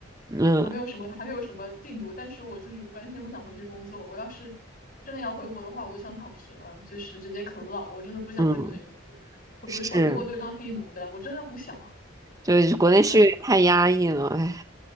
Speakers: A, on the right (about 20°); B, on the left (about 45°).
A: 嗯
B: 还没有什么还没有什么进度，但是我就是完全不想回去工作。我要是真的要回国的话，我就想躺平了，就是直接啃老。我真的不想在国内工作，
A: 嗯，
B: 回回回回国都是当黑奴的，
A: 是，
B: 我真的不想。
A: 就是国内是太压抑了，
B: 哎，
A: 哎，